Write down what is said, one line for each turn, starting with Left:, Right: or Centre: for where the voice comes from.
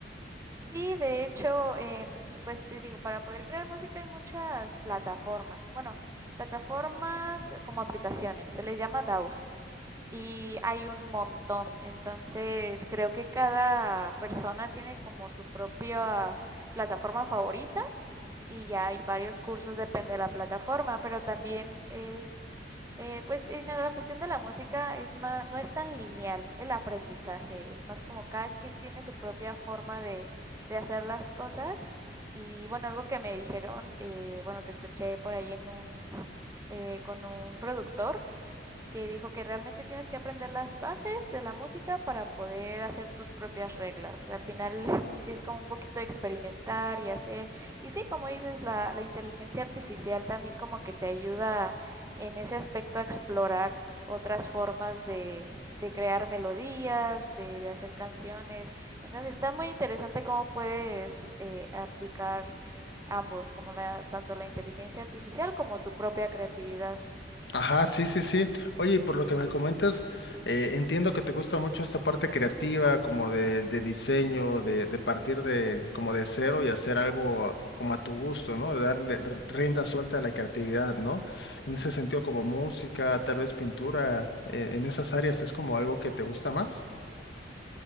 Right: Sí, de hecho, en, pues te digo, para poder crear música hay muchas plataformas. Bueno, plataformas como aplicaciones, se les llama DAWs y hay un montón. Entonces, creo que cada persona tiene como su propia plataforma favorita y ya hay varios cursos, depende de la plataforma, pero también es, eh, pues en la cuestión de la música es más, no es tan lineal el aprendizaje, es más como cada quien tiene su propia forma de, de hacer las cosas. Y bueno, algo que me dijeron, eh, bueno, que escuché por ahí en un, eh, con un productor, que dijo que realmente tienes que aprender las bases de la música para poder hacer tus propias reglas. O sea, al final <laughs> sí es como un poquito de experimentar y hacer. Y sí, como dices, la, la inteligencia artificial también como que te ayuda en ese aspecto a explorar otras formas de, de crear melodías, de, de hacer canciones. Entonces está muy interesante cómo puedes eh, aplicar ambos, como la, tanto la inteligencia artificial como tu propia creatividad.
Left: Ajá, sí, sí, sí. Oye, y por lo que me comentas, eh, entiendo que te gusta mucho esta parte creativa, como de, de diseño, de, de partir de, como de cero y hacer algo a- como a tu gusto, ¿no? De darle r- rienda suelta a la creatividad, ¿no? En ese sentido, como música, tal vez pintura, eh, en esas áreas es como algo que te gusta más.